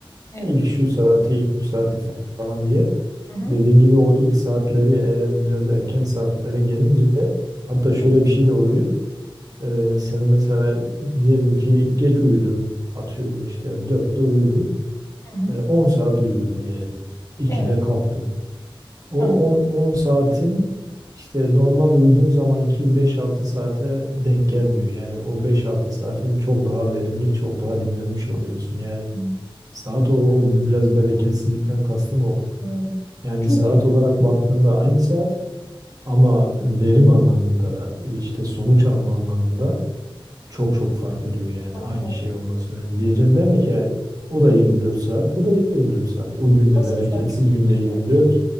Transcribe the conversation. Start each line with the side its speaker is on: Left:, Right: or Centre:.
Left: Evet.
Right: İlk şu saati, ilk bu saati falan diye.
Left: Hı hı.
Right: Dediğin gibi o ilk saatleri eğer biraz erken saatlere gelince hatta şöyle
Left: Evet.
Right: bir şey de oluyor. Ee, sen mesela diyelim ki geç uyudun, atıyorum işte dörtte uyudun,
Left: Hı hı.
Right: Ee, 10 saat uyudun diyelim. 2'de
Left: Evet.
Right: kalktın. O
Left: Tamam.
Right: on 10 saatin işte normal uyuduğun zamanki beş altı saate denk gelmiyor. Yani o beş altı saatin çok daha verimli, çok daha dinlenmiş oluyorsun. Yani
Left: Tamam.
Right: saat o, o biraz bereketsizlikten kastım o.
Left: Doğru.
Right: Yani
Left: Çok
Right: saat
Left: iyi.
Right: olarak baktığında aynı saat ama verim anlamında işte sonuç alma anlamında çok çok fark ediyor yani
Left: Çok
Right: aynı
Left: sağ ol.
Right: şey olması. Yani diyeceğim değil ki yani o da 24 saat, bu da 24 saat. O günde
Left: Nasıl
Right: bereketsiz
Left: fark ediyor
Right: günde
Left: değil
Right: 24,
Left: mi?